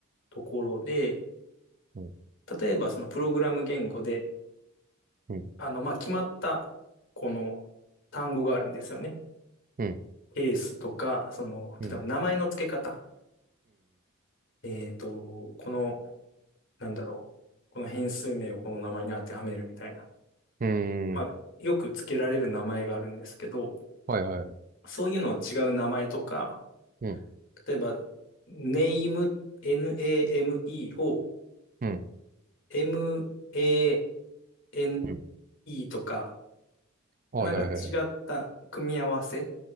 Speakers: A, on the left (about 60°); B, on the right (about 40°).
A: ところで、
B: うん、
A: 例えばそのプログラム言語で、
B: うん、
A: あの、まあ、決まったこの単語があるんですよね。
B: うん、
A: ケースとか、その、例えば名前の付け方。
B: うん、うん、
A: えっと、この、なんだろう。この変数名をこの名前に当てはめるみたいな。
B: うん、
A: まあ、
B: うん
A: よく付けられる名前があるんですけど、
B: はいはい、
A: そういうのを違う名前とか、
B: うん、
A: 例えば、name, name を
B: うん、
A: m-a-n-e
B: うん、
A: とか、
B: はいはいはい、
A: なんか違った組み合わせ